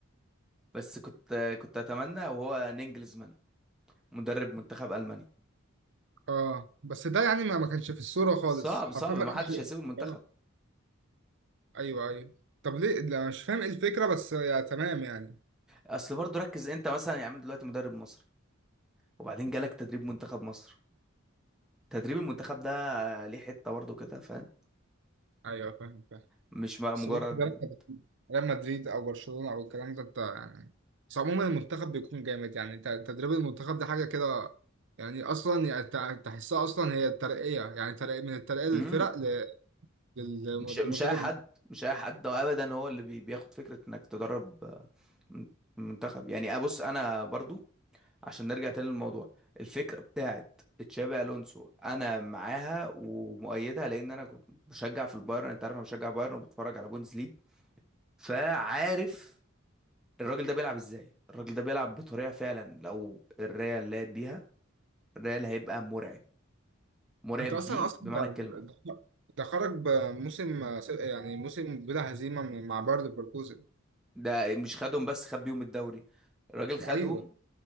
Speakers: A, in the centre; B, on the right.
A: بس كنت كنت اتمنى وهو نينجلزمان مدرب منتخب المانيا
B: اه بس ده يعني ما ما كانش في الصوره خالص
A: صعب صعب
B: حرفيا ما
A: ما
B: كانش
A: حدش هيسيب المنتخب
B: آه. ايوه ايوه طب ليه لا مش فاهم ايه الفكره بس يا تمام يعني
A: اصل برضه ركز انت مثلا يا عم دلوقتي مدرب مصري وبعدين جالك تدريب منتخب مصر تدريب المنتخب ده ليه حتة برضه كده فاهم
B: ايوه فاهم فاهم
A: مش بقى
B: بس
A: مجرد
B: برضه ده ريال مدريد ريال مدريد او برشلونه او الكلام ده انت يعني بس عموما المنتخب بيكون جامد يعني ت- تدريب المنتخب ده حاجه كده يعني اصلا يعني تع- تحسها اصلا هي ترقيه يعني ترقيه من الترقيه للفرق
A: امم
B: ل- للمدرب
A: مش مش اي حد مش اي حد ده ابدا هو اللي بي- بياخد فكرة انك تدرب آه، من- منتخب يعني ابص انا برضو عشان نرجع تاني للموضوع الفكرة بتاعت تشابي الونسو انا معاها ومؤيدها لان انا كنت بشجع في البايرن انت عارف انا بشجع بايرن وبتفرج على بوندس ليج فعارف الراجل ده بيلعب ازاي الراجل ده بيلعب بطريقة فعلا لو الريال لعب بيها الريال هيبقى مرعب مرعب
B: انت اصلا
A: دي
B: اصلا
A: بمعنى
B: ده
A: الكلمة
B: ده- ده خرج بموسم س- يعني موسم بلا هزيمه من- مع باير ليفركوزن
A: ده مش خدهم بس خد بيهم الدوري الراجل خدهم
B: ايوه